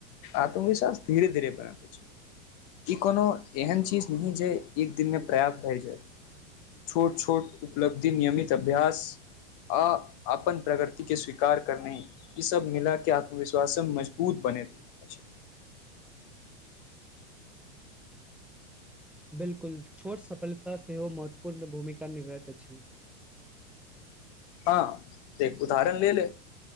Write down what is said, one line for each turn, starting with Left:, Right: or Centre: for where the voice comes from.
Left: आत्मविश्वास धीरे धीरे बनत अछि ई कोनो एहन चीज नहि जे एक दिनमे पर्याप्त भए जायत छोट छोट उपलब्धि नियमित अभ्यास आ अपन प्रगतिके स्वीकार करनाय ईसभ मिला क' आत्मविश्वास मजबूत बनैत अछि
Centre: बिलकुल छोट सफलता सेहो महत्वपूर्ण भूमिका निभइत अछि
Left: हँ देख उदाहरण ले ले